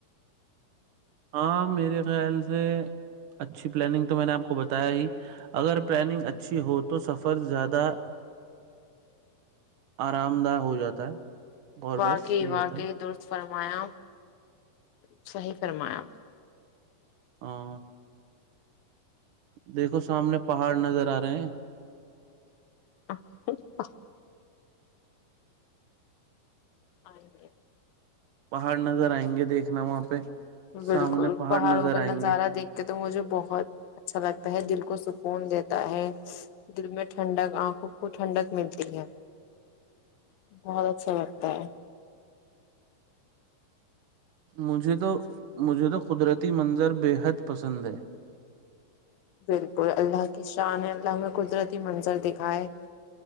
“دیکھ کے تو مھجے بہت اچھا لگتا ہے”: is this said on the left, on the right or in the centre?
Left